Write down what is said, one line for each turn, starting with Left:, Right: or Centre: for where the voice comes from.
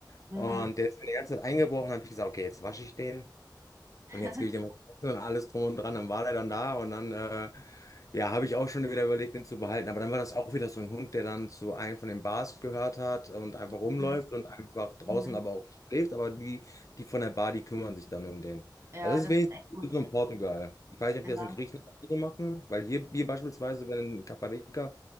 Left: Und
Right: Mhm.
Left: der ist dann die ganze Zeit eingebrochen, habe ich gesagt, okay, jetzt wasche ich den.
Right: <laughs>
Left: Und jetzt gebe ich dem was zu essen und alles drum und dran. Dann war der dann da und dann, äh, ja, habe ich auch schon wieder überlegt, den zu behalten. Aber dann war das auch wieder so ein Hund, der dann zu einem von den Bars gehört hat und einfach
Right: Mhm.
Left: rumläuft und einfach draußen
Right: Mhm.
Left: aber auch schläft. Aber die, die von der Bar, die kümmern sich dann um den.
Right: Ja,
Left: Also das
Right: das
Left: ist wenigstens
Right: ist echt gut.
Left: so in Portugal. Ich weiß nicht,
Right: Ja.
Left: ob die das in Griechenland auch so machen, weil hier, hier beispielsweise, wenn in Caparica